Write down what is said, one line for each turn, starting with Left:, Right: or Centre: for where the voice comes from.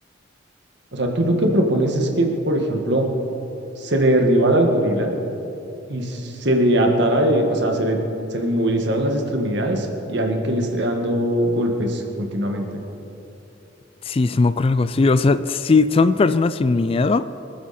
Right: O sea, tú lo que propones es que, por ejemplo, se le derribara al gorila y se le atara de, o sea, se le, se le inmovilizaron las extremidades y alguien que le esté dando golpes continuamente.
Left: Sí, se me ocurre algo así. O sea, si son personas sin miedo,